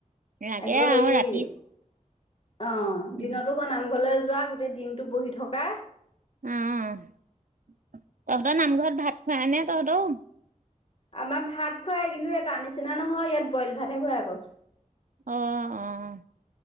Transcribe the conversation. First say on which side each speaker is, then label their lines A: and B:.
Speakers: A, on the right (about 80°); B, on the left (about 45°).
A: লাগে
B: আকৌ হেৰি
A: আৰু ৰাতি
B: অ',
A: উম,
B: দিনতো হৌ নামঘৰলৈ যোৱা গোটেই দিনটো বহি থকা।
A: অ', তহঁতৰ নামঘৰত ভাত খোৱাই নে তহঁতৰো?
B: আমাৰ ভাত খোৱাই কিন্তু তাৰ নিচিনা নহয় ইয়াত বইল ভাতহে খুৱাই আকল।
A: অ', অ'।